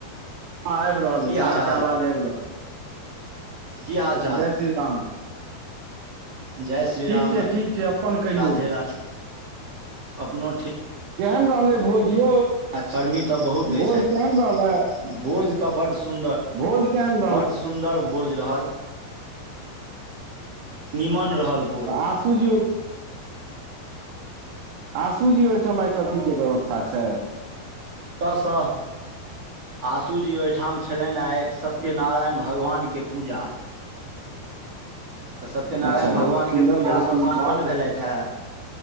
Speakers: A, on the right; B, on the right.
A: हँ आबि रहल
B: की
A: अछि
B: हाल
A: अहाँके
B: चाल
A: आवाज आबि रहल
B: की हाल चाल
A: जय श्री राम
B: जय श्री
A: ठीक
B: राम
A: छै
B: राधे
A: ठीक छै अपन कहियौ
B: राधे अपनो ठीक
A: केहन रहलै भोज यौ
B: आ गर्मी तऽ बहुत अछि
A: भोज
B: आई
A: केहन रहलै
B: भोज तऽ बड्ड सुन्दर
A: भोज केहन रहल
B: बड्ड सुन्दर भोज रहल निमन रहल भोज
A: आसु जी ओ आशूजी ओइठाम आइ कथीके के व्यवस्था छै
B: ता स आशूजी ओइठाम छलनि आइ सत्यनारायण भगवानके पूजा तऽ सत्यनारायण
A: अच्छा
B: भगवानके
A: बहुत सुन्दर
B: पूजास
A: बहुत नीक
B: सम्पन्न
A: बात
B: भेलथि हैय